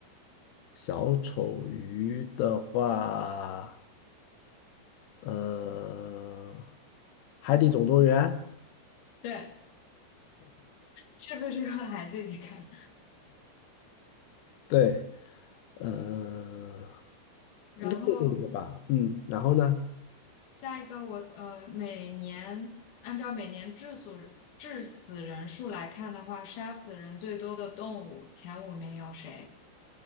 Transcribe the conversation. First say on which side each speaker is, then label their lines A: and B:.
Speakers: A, on the left; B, on the left.
A: 小丑鱼的话，呃，海底总动员，
B: 对，是不是个孩子一起看。
A: 对，呃，
B: 然后
A: 应该就这个吧。嗯，然后呢，
B: 下一个我呃，每年按照每年致死致死人数来看的话，杀死人最多的动物前五名有谁？